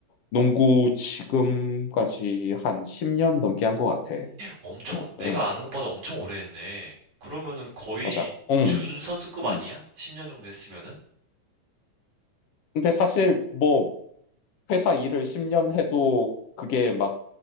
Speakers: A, on the left (about 65°); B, on the right (about 50°).
A: 농구 지금까지 한 10년 넘게 한 것 같아.
B: 엄청, 내가
A: 응,
B: 아는 것보다 엄청 오래 했네. 그러면은 거의
A: 맞아. 응,
B: 준 선수급
A: 응.
B: 아니야? 10년 정도 했으면은?
A: 근데 사실 뭐 회사 일을 10년 해도 그게 막